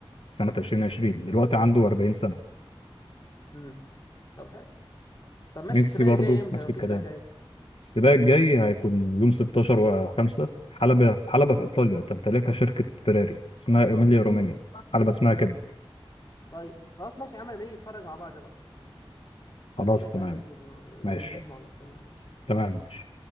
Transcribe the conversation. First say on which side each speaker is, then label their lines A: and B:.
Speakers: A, on the left; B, on the left.
A: سنه 2020 دلوقتي عنده 40 سنه
B: امم طب حلو طب ماشي
A: ميسي
B: السباق
A: برضو
B: اللي جاي امتى
A: نفس
B: لو في
A: الكلام
B: سباق جاي
A: السباق الجاي هيكون يوم 16 و5 حلبة حلبة في إيطاليا تمتلكها شركة فيراري اسمها إيميليا رومانيا
B: امم
A: حلبة اسمها كده
B: طيب خلاص ماشي يا عم لما نيجي نتفرج مع بعض بقى
A: خلاص
B: ده انا شايف
A: تمام
B: فعلا إن الم- لما
A: ماشي
B: نيجي نشوف مع بعض تمام ماشي
A: تمام ماشي